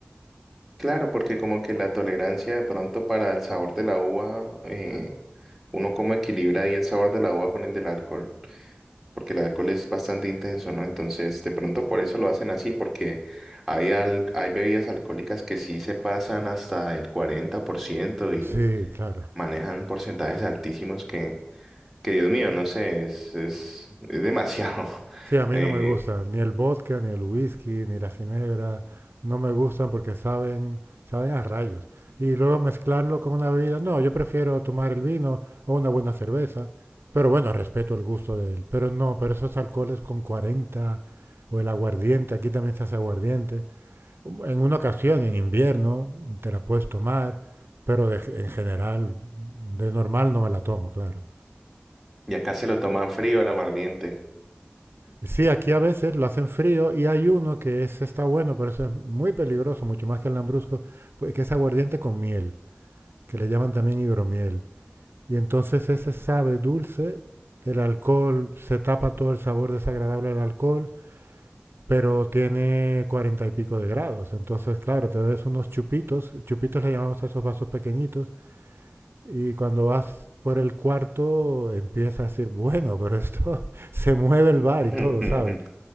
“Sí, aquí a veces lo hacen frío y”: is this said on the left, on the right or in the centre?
Right